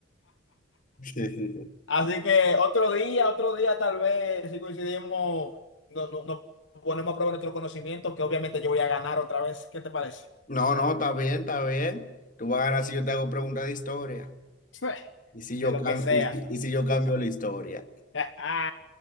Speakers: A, on the left; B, on the left.
A: <laughs>
B: Así que otro día, otro día tal vez, si coincidimos, no, no- nos ponemos a prueba nuestro conocimiento, que obviamente yo voy a ganar otra vez. ¿Qué te parece?
A: No, no, está bien, está bien. Tú vas a ganar si yo te hago preguntas de historia.
B: Sí.
A: Y si yo
B: De lo
A: cambio,
B: que sea.
A: y si y si yo cambio la historia.
B: <laughs>